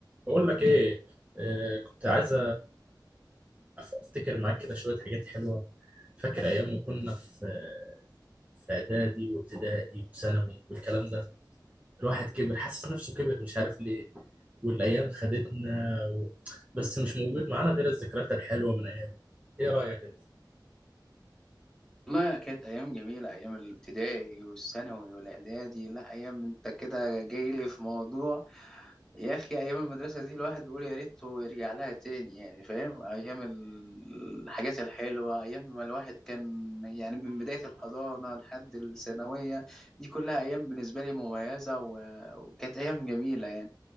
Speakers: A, on the right; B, in the centre.
A: بقول لك ايه آه، كنت عايز أف- افتكر معاك كده شويه حاجات حلوه فاكر ايام ما كنا في في اعدادي وابتدائي وثانوي والكلام ده الواحد كبر حاسس نفسه كبر مش عارف ليه والايام خدتنا و... بس مش موجود معانا غير الذكريات الحلوه من ايام ايه رايك انت
B: والله كانت أيام جميلة أيام الابتدائي والثانوي والإعدادي لا أيام أنت كده جاي لي في موضوع يا أخي أيام المدرسة دي الواحد بيقول يا ريته يرجع لها تاني يعني فاهم أيام ال- الحاجات الحلوة أيام ما الواحد كان يعني من بداية الحضانة لحد الثانوية دي كلها أيام بالنسبة لي مميزة و- وكانت أيام جميلة يعني